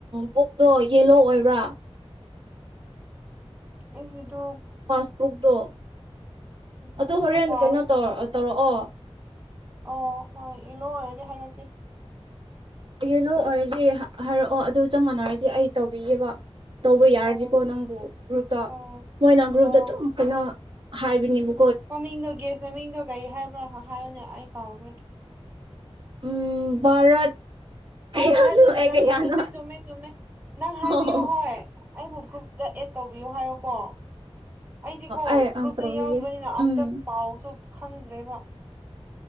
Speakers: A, on the right; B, on the right.
A: ꯕꯨꯛꯇꯣ ꯌꯦꯂꯣ ꯑꯣꯏꯕ꯭ꯔꯥ
B: ꯑꯩꯗꯣ
A: ꯄꯥꯁꯕꯨꯛꯗꯣ ꯑꯗ
B: ꯕꯨꯛꯇꯣ
A: ꯍꯣꯔꯦꯟ
B: ꯀꯥꯎꯔꯦ
A: ꯀꯩꯅꯣ ꯇꯧ ꯇꯧꯔꯛ ꯑꯣ
B: ꯑꯣ ꯍꯣꯏ ꯏꯂꯨ ꯑꯣꯏꯔꯒꯦ ꯍꯥꯏꯔꯛꯀꯦ
A: ꯌꯦꯅꯣ ꯑꯣꯏꯔꯗꯤ ꯍꯥꯏꯔꯛꯑꯣ ꯑꯗꯨ ꯆꯞ ꯃꯥꯟꯅꯔꯗꯤ ꯑꯩ ꯇꯧꯕꯤꯒꯦꯕ ꯇꯧꯕ ꯌꯥꯔꯗꯤꯀꯣ
B: ꯑꯣ
A: ꯅꯪꯕꯨ ꯒ꯭ꯔꯨꯞꯇ
B: ꯑꯣ
A: ꯃꯣꯏꯅ ꯒ꯭ꯔꯨꯞꯇ
B: ꯑꯣ
A: ꯑꯗꯨꯝ ꯀꯩꯅꯣ ꯍꯥꯏꯕꯤꯅꯤꯕꯨ
B: ꯃꯃꯤꯡꯗꯣ ꯒꯦꯁ ꯃꯃꯤꯡꯗꯣ ꯀꯔꯤ ꯍꯥꯏꯕ꯭ꯔꯥ ꯍꯥꯏꯌꯣꯅꯦ ꯑꯩ ꯀꯥꯎꯈ꯭ꯔꯦ
A: ꯎꯝ ꯚꯥꯔꯠ ꯀꯌꯥꯅꯣ
B: ꯑꯣ ꯔꯅꯤꯅꯤ
A: ꯑꯦ
B: ꯔꯅꯤ
A: ꯀꯌꯥꯅꯣ
B: ꯆꯨꯝꯃꯦ ꯆꯨꯃꯦ ꯆꯨꯃꯦ ꯅ ꯍꯥꯏꯕꯤꯑꯣ
A: ꯑꯣ
B: ꯍꯣꯏ ꯑꯕꯨ ꯇ ꯑꯦ ꯇꯧꯕꯤꯌꯨ ꯍꯥꯏꯌꯣꯀꯣ ꯑꯩꯗꯤꯀꯣ
A: ꯑꯩ
B: ꯒ꯭ꯔꯨꯞꯇ
A: ꯑ ꯇꯧꯕꯤꯒꯦ
B: ꯌꯥꯎꯗꯕꯅꯤꯅ ꯑꯝꯇ
A: ꯎꯝ
B: ꯄꯥꯎꯁꯨ ꯈꯪꯗ꯭ꯔꯦ ꯃꯥ